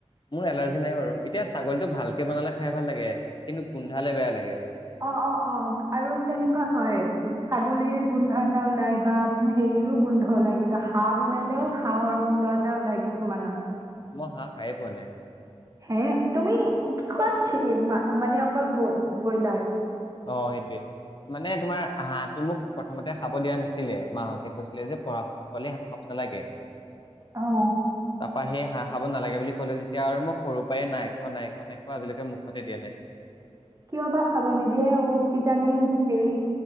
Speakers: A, on the left; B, on the right.
A: মোৰ এলাৰ যি নাই বাৰু এতিয়া ছাগলীটো ভাল কে বনালে খাই ভাল লাগে, কিন্তু গোন্ধালে বেয়া লাগে।
B: অ' অ'- অ' আৰু তেনেকুৱা হয় ছাগলীৰ গোন্ধ এটা ওলাই বা হেৰিৰো গোন্ধ ওলাই, কিন্তু হাঁহ বনালেও হাঁহৰ গোন্ধ এটা ওলাই কিছুমানৰ।
A: মই হাঁহ খায়ে পোৱা নাই।
B: হে তুমি কি খোৱা কি মানে অকল বইলাৰ।
A: অ' সেইটোৱে। মানে তোমাৰ হাঁহটো মোক প্ৰথমতে খাব দিয়া নাছিলে। মাহঁতে কৈছিলে যে পঢ়া শুনা পোৱালি হাঁহ খাব নালাগে।
B: অ'।
A: তাপা সেই হাঁহ খাব নালাগে বুলি ক'লে যেতিয়া আৰু মই সৰুৰ পৰাই নাই খোৱা- নাই খোৱা- নাই খোৱা আজিলৈকে মুখতে দিয়া নাই।
B: কিয় বা খাব নিদিয়ে, অ' কিজানি হেৰি